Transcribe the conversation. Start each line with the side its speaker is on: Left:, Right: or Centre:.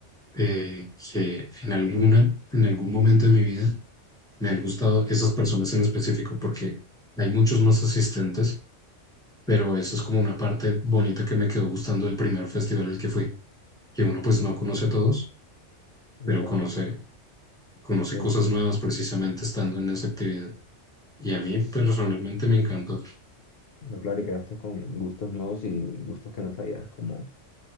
Centre: eh, que en alguna, en algún momento de mi vida me han gustado esas personas en específico porque hay muchos más asistentes pero eso es como una parte bonita que me quedó gustando del primer festival al que fui, que uno pues no
Left: entiendo.
Centre: conoce a todos,
Left: No,
Centre: pero
Left: claro.
Centre: conoce, conoce
Left: que
Centre: cosas
Left: Es,
Centre: nuevas precisamente estando en esa actividad. Y a mí personalmente me encantó.
Left: no, claro, y quedaste con gustos nuevos y gustos que no sabías, como